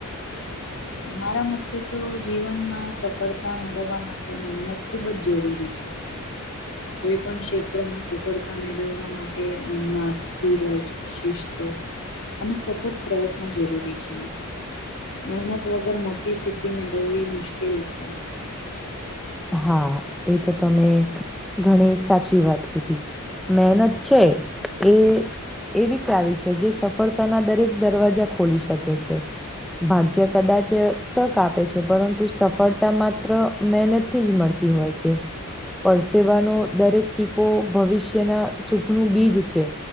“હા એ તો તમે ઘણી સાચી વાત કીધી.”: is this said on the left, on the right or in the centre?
Centre